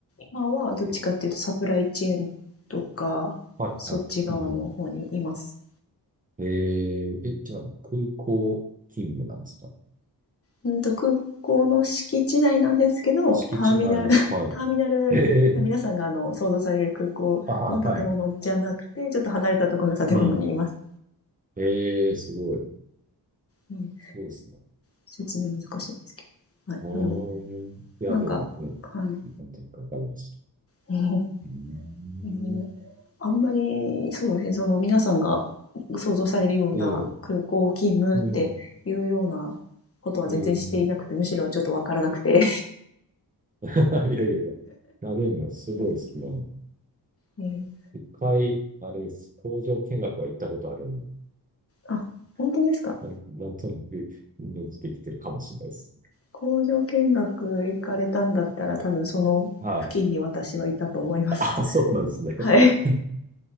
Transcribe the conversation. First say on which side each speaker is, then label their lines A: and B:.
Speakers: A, on the left; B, on the right.
A: 今はどっちかっていうとサプライチェーンとか、
B: え、はい、
A: そっち側の方にいます。
B: はい、うんうん、ええ、え、じゃあ、空港勤務なんですか
A: うんと、空港の敷地内なんですけど、
B: 敷地内、
A: ターミナル、<laughs>
B: はい、
A: ターミナル、
B: ええ、
A: 皆さんがあの、想像される空港の建物じゃなくて、
B: ああ、はい、
A: ちょっと離れたところの建物にいます。
B: うん、ええ、すごい、
A: うん、
B: そうですね。
A: 説明難しいんですけど。はい。
B: うーん、
A: なので、
B: いや、
A: なんか、
B: でも、うん、
A: はい。
B: 何点かわかりました。
A: <laughs>
B: うーん、
A: うんあんまり、そうですね、その皆さんが想像されるような空港勤務っていうようなことは全然していなくて、
B: ええうん。うん。
A: むしろちょっとわからなくて。
B: <laughs> いやいやいや。いや、でも、すごいですね。
A: <laughs> えー
B: 一回、あれです。工場見学は行ったことあるんで、
A: あ、本当ですか
B: なん、なんとなくイメージできてるかもしれないです。
A: 工場見学行かれたんだったら、多分その付近に私はいたと思います。
B: はい。あ、そうなんですね。
A: <laughs> はい。
B: <laughs>